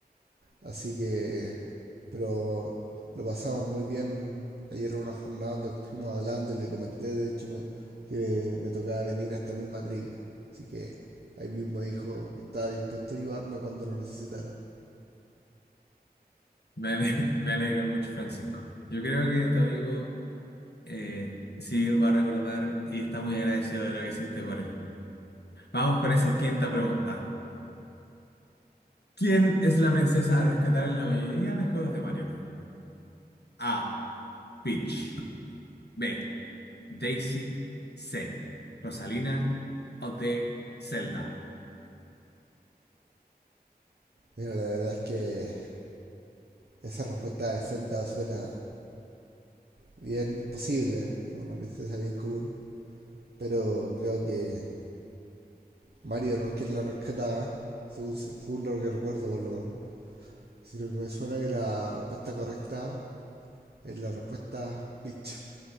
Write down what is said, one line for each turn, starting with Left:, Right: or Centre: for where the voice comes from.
Right: Así que, pero lo pasamos muy bien. Ayer era una jornada donde estuvimos hablando y le comenté, de hecho, me- que me tocaba venir a esta misma trivia. Así que ahí mismo dijo que estaba dispuesto a ayudarme cuando lo necesitara.
Left: Me ale- <laughs> me alegro mucho, Francisco. Yo creo que tu amigo eh, sí va a recordar y está muy agradecido de lo que hiciste por él. Vamos con esa quinta pregunta. ¿Quién es la princesa a rescatar en la mayoría de juegos de Mario? A. Peach. B. Daisy C. Rosalina o D. Zelda.
Right: Mira, la verdad es que esa respuesta de Zelda suena bien posible, ¿eh? una princesa bien común, pero creo que Mario no es quien la rescataba, según, según lo que recuerdo por lo menos, sino que me suena que la respuesta correcta es la respuesta bitch